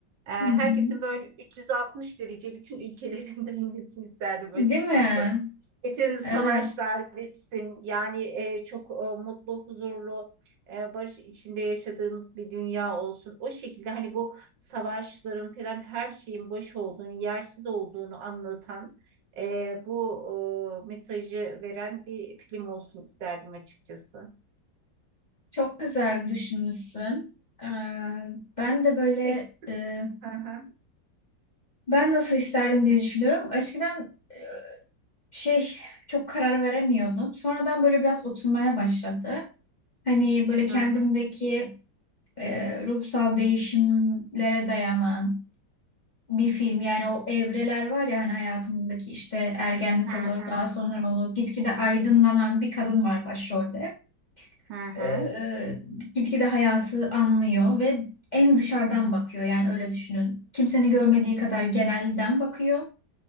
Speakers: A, on the right; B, on the left.
A: e, herkesin
B: hı hı.
A: böyle 360 derece bütün ülkelerin <laughs> dönmesini isterdim açıkçası.
B: Değil mi?
A: Bütün savaşlar
B: Evet,
A: bitsin. Yani e, çok e, mutlu, huzurlu, e, barış içinde yaşadığımız bir dünya olsun. O şekilde hani bu savaşların falan her şeyin boş olduğunu, yersiz olduğunu anlatan e, bu e, mesajı veren bir film olsun isterdim açıkçası.
B: çok güzel düşünmüşsün. Ee, ben de böyle
A: Peki.
B: e,
A: Hı hı.
B: ben nasıl isterdim diye düşünüyorum. Eskiden e, şey çok karar veremiyordum. Sonradan böyle biraz oturmaya başladı. Hani böyle kendimdeki
A: Hı hı.
B: e, ruhsal değişimlere dayanan bir film yani o evreler var ya hani hayatımızdaki işte ergenlik
A: Hı
B: olur
A: hı.
B: daha sonra olur gitgide aydınlanan bir kadın var başrolde
A: Hı hı.
B: ee,
A: hı.
B: gitgide hayatı anlıyor ve en dışarıdan bakıyor yani öyle düşünün kimsenin görmediği kadar genelden bakıyor